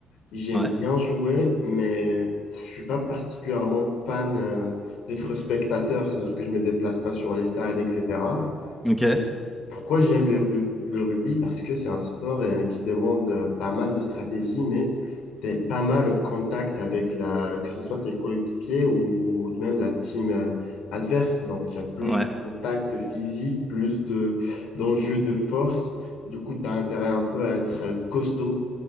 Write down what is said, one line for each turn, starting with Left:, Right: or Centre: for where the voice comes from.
Left: j'aime
Centre: Ouais.
Left: bien jouer, mais je suis pas particulièrement fan euh, d'être spectateur, c'est-à-dire que je me déplace pas sur les stades, etc.
Centre: Ok.
Left: Et Pourquoi j'aime le, ru- le rugby? Parce que c'est un sport euh, qui demande euh, pas mal de stratégie, mais t'es pas mal au contact avec la, que ce soit tes coéquipiers ou même la team euh, adverse. Donc, il y a plus
Centre: Ouais.
Left: de contact physique, plus de, d'enjeux de force. Et du coup, tu as intérêt un peu à être euh, costaud